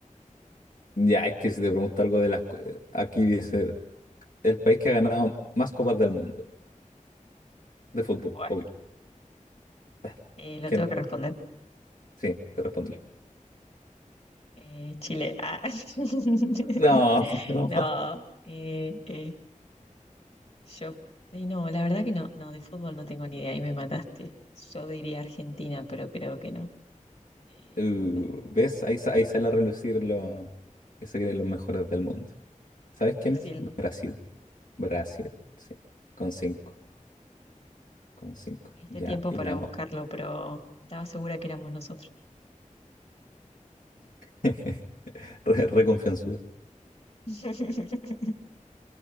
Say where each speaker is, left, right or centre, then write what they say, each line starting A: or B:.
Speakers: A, on the left; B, on the left.
A: ya, es que si te pregunto algo de las... co- eh, Aquí dice, el país que ha ganado más copas del mundo, de fútbol,
B: Buah.
A: obvio. <laughs>
B: Eh, lo
A: ¿Quién?
B: tengo que responder.
A: Sí, te responde.
B: Eh, Chile. Ah. <laughs>
A: No. <laughs> no.
B: No, eh, eh, Yo, eh, no, la verdad que no, no, de fútbol no tengo ni idea, ahí me mataste. Yo diría Argentina, pero creo que no. Eh,
A: Uh,
B: Bra-
A: ¿ves? Ahí, sa- ahí sale a relucir lo que se creen los mejores del mundo. ¿Sabes
B: Brasil,
A: quién es? Brasil. Brasil, sí. Con cinco. Con cinco.
B: me diste
A: Ya,
B: tiempo
A: y
B: para
A: la...
B: buscarlo,
A: o-
B: pero estaba segura que éramos nosotros.
A: <laughs> Re, reconfianzuda.
B: <laughs>